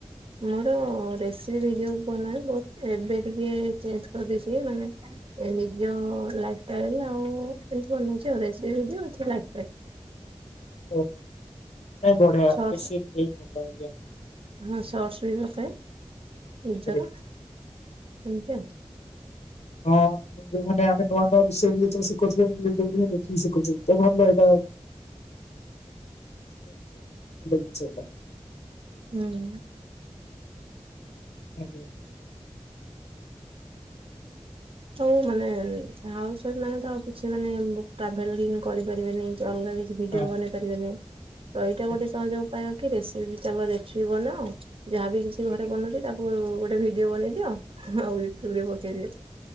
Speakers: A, on the right; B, on the left.
A: ମୋର ରେସିପି ଭିଡିଓ ବନାଏ ବହୁତ ଏବେ ଟିକେ ଚେଞ୍ଜ କରିଦେଇଛି ମାନେ ନିଜ ଲାଇଫଷ୍ଟାଇଲ ଆଉଏମତି ବନଉଛି ଆଉ ରେସିପି ଭିଡ଼ିଓ ନିଜ ଲାଇଫଷ୍ଟାଇଲ।
B: ଓ ନାହିଁ ବଢ଼ିଆ
A: ସର୍ଟସ
B: <unintelligible>
A: ହଁ ଶର୍ଟସ ବି ପକାଏ ନିଜର
B: ଆଜ୍ଞା।
A: ଏମିତି ଆଉ।
B: ହଁ। ଯୋଉମାନେେ ଆମ ନୂଆ ନୂଆ ରୋଷେଇ <unintelligible> ୟୁୁଟୁବ ଦେଖିକିସିଖେଇ ଛନ୍ତି ତ ଭଲ ଏଟା <unintelligible>
A: ହୁଁ।
B: ଆଜ୍ଞା।
A: ହଉ ମାନେ ହାଉସ ୱାଇଫ ମାନେ ତ ଆଉ କିଛି ମାନେ ଟ୍ରାଭେଲ ବି କରିପାରିବେନି ଅଲଗା କିଛି କିଭିଡିଓ
B: ଆଜ୍ଞା
A: ବନେଇ ପାରିବେନି ତ ଏଇଟା
B: ଆଜ୍ଞା
A: ଗୋଟେ ସହଜ ଉପାୟ କି ରେସିପି ଚାଲ ରେସିପି ବନାଅ ଯାହାବି କିଛି ଘରେ
B: ଆଜ୍ଞା।
A: ବନଉଛି ତାକୁ ଗୋଟେ ଭିଡିଓ ବନେଇ ଦିଅ <unintelligible> ଉଠିଲେ ପଚାରିବ